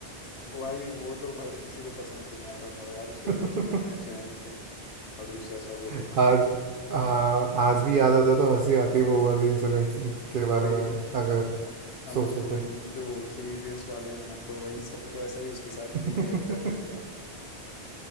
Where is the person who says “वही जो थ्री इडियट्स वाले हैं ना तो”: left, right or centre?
Left